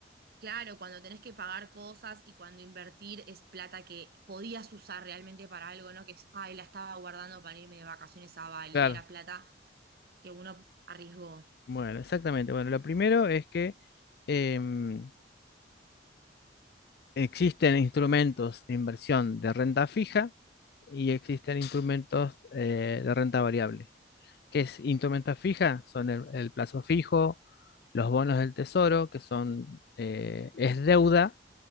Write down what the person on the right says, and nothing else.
Claro, cuando tenés que pagar cosas y cuando invertir es plata que podías usar realmente para algo, ¿no? Que es, ay, la estaba guardando para irme de vacaciones a Bali,
y era plata que uno arriesgó.